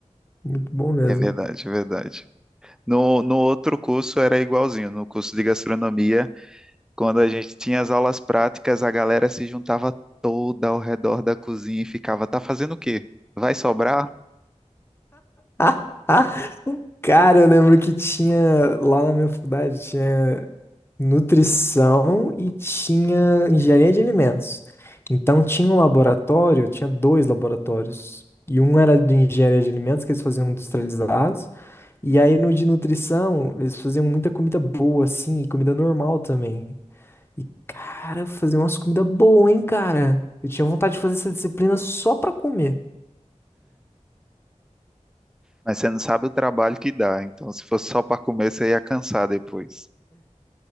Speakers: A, on the left (about 20°); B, in the centre.
A: muito bom mesmo.
B: É verdade, é verdade. No, no outro curso era igualzinho, no curso de gastronomia. Quando a gente tinha as aulas práticas, a galera se juntava toda ao redor da cozinha e ficava, tá fazendo o quê? Vai sobrar?
A: <laughs> Cara, eu lembro que tinha lá na minha faculdade, tinha nutrição e tinha engenharia de alimentos. Então tinha um laboratório, tinha dois laboratórios. E um era de engenharia de alimentos, que eles faziam industrializados. E aí no de nutrição, eles faziam muita comida boa, assim, e comida normal também. E, cara, faziam umas comidas boas, hein, cara? Eu tinha vontade de fazer essa disciplina só pra comer.
B: Mas você não sabe o trabalho que dá. Então, se fosse só para comer, você ia cansar depois.